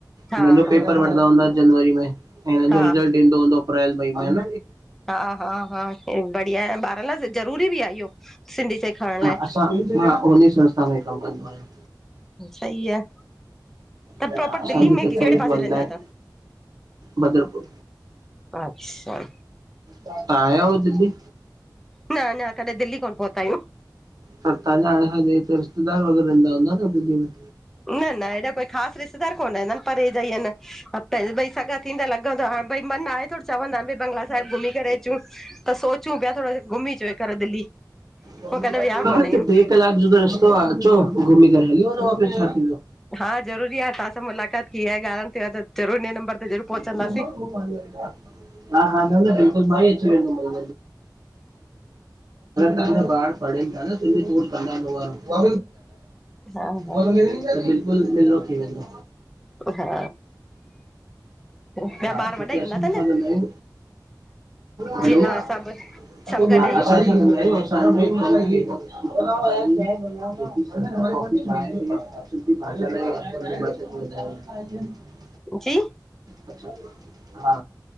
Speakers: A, in the centre; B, on the right.
A: हा
B: हिनन जो
A: हा
B: पेपर
A: हा
B: वठदा हुदां जनवरी मे, ऐं हिनन
A: हा
B: जो रिज़ल्ट ईंदो हुंदो। अप्रैल, मई में हा न?
A: हा हा हा हा बढ़िया आहे ॿारनि लाइ ज़रूरी बि आहे इहो सिंधी सेखारण लाइ
B: हां असां मां, उनी संस्था में कम कंदो आहियां।
A: सही आहे त
B: हां,
A: प्रॉपर
B: असांजे
A: दिल्ली
B: हिते,
A: में कहिड़े
B: फ्लैट मिलंदा
A: पासे रहंदा आहियो
B: इन बद्रपुर।
A: तव्हां अच्छा
B: तां आया हो दिल्ली?
A: न अञा, कॾहिं दिल्ली कोन पहुंता आंयूं।
B: पर तहांजा, हिते रिश्तेदार वगैरा रहन्दा हुन्दा न दिल्ली मे?
A: न न, एॾा कोई ख़ास रिश्तेदार कोनरहंदान, परे जा ई अन् उते भई सॻा थीं, त लॻंदोआ हां भई मन आहे थोड़ चवंदाएन भई बंगला साहिब घुमीं करे अचूं, त सोच सोचूं प्या थोड़ो घुमींचौं हेकर दिल्ली।
B: हा
A: पोइ कॾहिं विया कोन
B: त,
A: आहियूं
B: ट्रे कलाक जो त रस्तो आ, अचो घुमीं करे हली वनों वापिस, छा थी वियो।
A: हा ज़रूरी आ, तहां सां मुलाकात थी आहे, ॻाल्हाइण थियो आहे त ज़रूर नये नंबंर ते ज़रूर
B: <inaudible>
A: पहुचंदासीं
B: हा हा, न न, बिल्कुल मां ई अची वेंदुम, अगर तहांजा ॿार पढ़ई प्या न, केके कोर्स कंदा इन हो वारो।
A: हा हा
B: बिल्कुल, मिलणो थी वेंदो
A: हा ॿिया
B: हा,
A: ॿार
B: छोकी
A: वॾा ई
B: असां
A: हूंदा
B: नथा
A: तव्हांजा
B: ॻाल्हायूं, हलो!
A: जी
B: <inaudible> <unintelligible>
A: हा सभु सभु गॾु आहियूं
B: <inaudible>
A: जी
B: अच्छा, हा